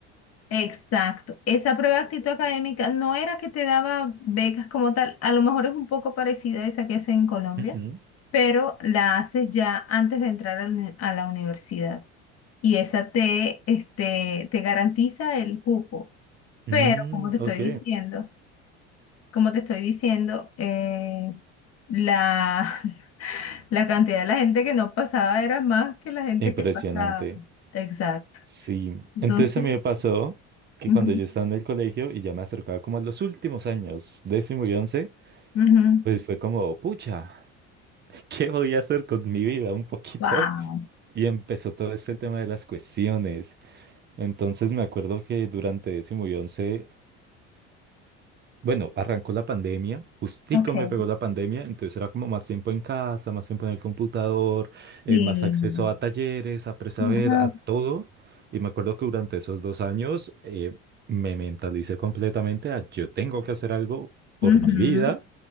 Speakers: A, on the left (about 45°); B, on the right (about 30°).
A: Exacto. Esa prueba de actitud académica no era que te daba becas como tal, a lo mejor es un poco parecida a esa que hacen en Colombia,
B: <laughs> Ujú.
A: pero la haces ya antes de entrar a la uni- a la universidad. Y esa te, este, te garantiza el cupo.
B: Mm,
A: Pero, como te estoy
B: ok.
A: diciendo, como te estoy diciendo, eh, la, <laughs> la cantidad de la gente que no pasaba era más que la gente
B: Impresionante.
A: que pasaba. Exacto.
B: Sí.
A: Entonces,
B: Entonces a mí me pasó que
A: ujú,
B: cuando yo estaba en el colegio y ya me acercaba como a los últimos años, décimo y once,
A: ujú.
B: pues fue como, pucha, <laughs> ¿qué voy a hacer con mi vida un poquito?
A: wow
B: Y empezó todo este tema de las cuestiones. Entonces me acuerdo que durante décimo y once Bueno, arrancó la pandemia, justico
A: Ok,
B: me pegó la pandemia, entonces era como más tiempo en casa, más tiempo en el computador, eh,
A: sí.
B: más acceso a talleres, a presaber,
A: Ajá.
B: a todo. Y me acuerdo que durante esos dos años eh, me mentalicé completamente a yo tengo que hacer algo por
A: Ujú,
B: mi vida